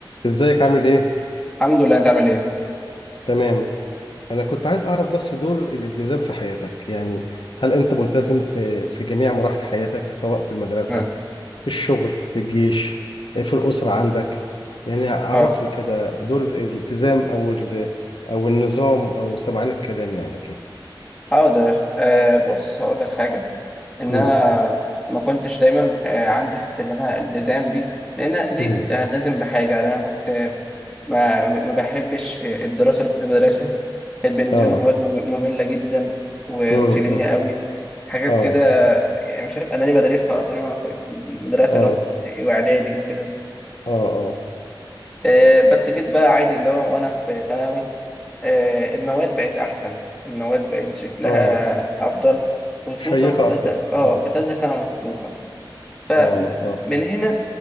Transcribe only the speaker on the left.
ازيك عامل ايه؟
تمام انا كنت عايز اعرف بس دور الالتزام في حياتك يعني هل انت ملتزم في في جميع مراحل حياتك سواء في المدرسة
في الشغل في الجيش آه، في الأسرة عندك يعني عرفني
كده دور الالتزام او ال او النظام او سمعان الكلام يعني كده
امم
امم
اه
امم امم
اه
اه
اه اه
اه
شيقة
اكتر
اه
اه اه